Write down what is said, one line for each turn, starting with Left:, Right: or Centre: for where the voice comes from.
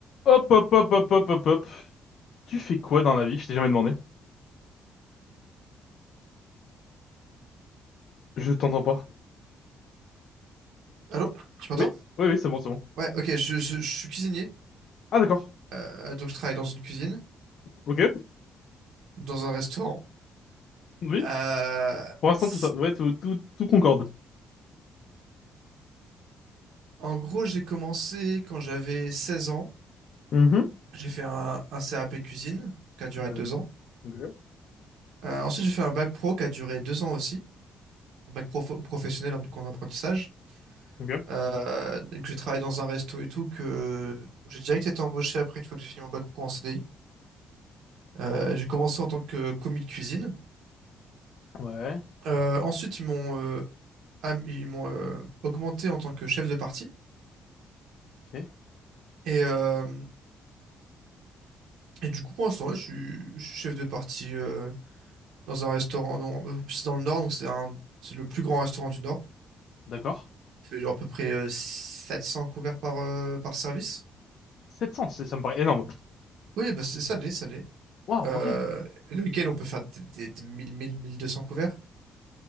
Left: Hop, hop, hop, hop, hop, hop, hop. Tu fais quoi dans la vie? Je t'ai jamais demandé. Je t'entends pas.
Right: Allô? Tu m'entends?
Left: Oui, oui, oui, c'est bon, c'est bon.
Right: Ouais, ok, je, je- je suis cuisinier.
Left: Ah, d'accord.
Right: Euh, donc, je travaille dans une cuisine,
Left: Ok.
Right: dans un restaurant.
Left: Oui.
Right: Euh,
Left: Pour l'instant,
Right: c-
Left: tout ça. Ouais, tout, tout, tout concorde.
Right: en gros, j'ai commencé quand j'avais 16 ans.
Left: Mhm.
Right: J'ai fait un, un CAP cuisine qui a duré
Left: Bah,
Right: deux ans.
Left: Ok.
Right: Euh, ensuite, j'ai fait un bac pro qui a duré deux ans aussi. Un bac pro professionnel, hein, donc en apprentissage.
Left: Ok.
Right: Euh, donc, j'ai travaillé dans un resto et tout que où j'ai direct été embauché après une fois que j'ai fini mon bac pro en CDI. Euh, j'ai commencé en tant que commis de cuisine.
Left: Ouais.
Right: Euh, ensuite, ils m'ont euh, am- ils m'ont euh, augmenté en tant que chef de parti.
Left: Ok.
Right: Et, euh, et du coup, pour l'instant, là, je suis, je suis chef de parti euh, dans un restaurant. non, euh, C'est dans le Nord, donc c'est un, c'est le plus grand restaurant du Nord.
Left: D'accord.
Right: Il fait genre à peu près euh, 700 couverts par, euh, par service.
Left: 700, c'est- ça me paraît énorme.
Right: Oui, bah c'est ça l'est, ça l'est.
Left: Waouh,
Right: Euh,
Left: ok.
Right: le week-end, on peut faire des, des, des mille mille, mille deux cents couverts.